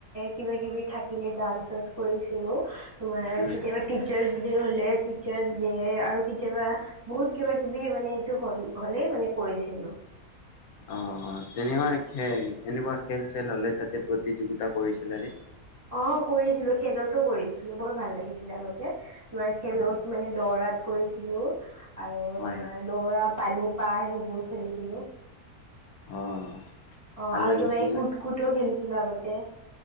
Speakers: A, on the right; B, on the left.
A: কিবা কিবি থাকিলে ডান চানচ কৰিছিলো। তোমাৰ
B: উম
A: কেতিয়াবা টিচাৰ্ছ ডে হলে, টিচাৰ্ছ ডে আৰু কেতিয়াবা বহুত কিবা কিবি মানে এইটো হল হলেই মানে কৰিছিলো।
B: অ' তেনেকুৱা খে এনেকুৱা খেল চেল হলে তাতে প্ৰতিযোগিতা কৰিছিলা নে?
A: অ' কৰিছিলো খেলতো কৰিছিলো বৰ ভাল লাগিছিলে আগতে, খেলত
B: অ
A: মানে দৌৰাত। কৰিছিলো আৰু
B: হয়
A: তোমাৰ
B: হয়
A: দৌৰা পানী, পাৰ সেইবোৰ খেলিছিলো।
B: অ
A: অ'
B: ভাল
A: আৰু
B: লাগিছিলে
A: তোমাৰ এ কুট
B: নে?
A: কুটো খেলিছিলো আগতে।